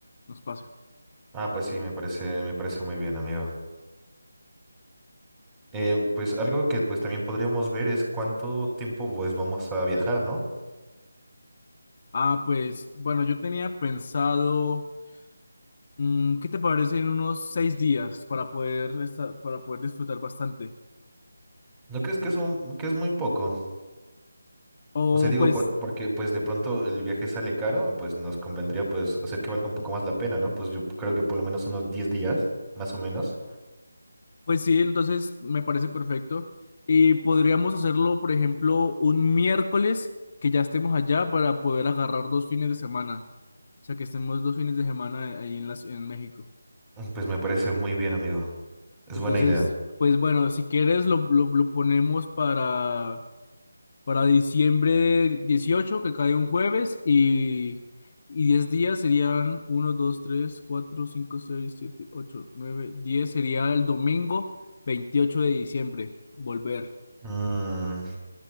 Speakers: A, on the left; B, on the right.
A: nos pase.
B: Ah, pues sí, me parece, me parece muy bien, amigo. Eh, pues algo que pues también podríamos ver es cuánto tiempo pues vamos a viajar, ¿no?
A: Ah, pues bueno, yo tenía pensado... Mm, ¿qué te parece en unos seis días para poder estar- para poder disfrutar bastante?
B: ¿No crees que es un- que es muy poco?
A: O
B: O sea, digo,
A: pues,
B: por- porque pues de pronto el viaje sale caro, pues nos convendría pues hacer que valga un poco más la pena, ¿no? Pues yo creo que por lo menos unos diez días, más o menos.
A: pues sí, entonces me parece perfecto. Y podríamos hacerlo, por ejemplo, un miércoles que ya estemos allá para poder agarrar dos fines de semana. O sea, que estemos dos fines de semana ahí en las, en México.
B: Mm, Pues me parece muy bien, amigo. Es
A: Entonces,
B: buena idea.
A: pues bueno, si quieres lo, lo, lo ponemos para para diciembre dieciocho que cae un jueves, y, y 10 días serían uno 2 3 4 5 6 7 8 9 diez Sería el domingo 28 de diciembre, volver.
B: Mm,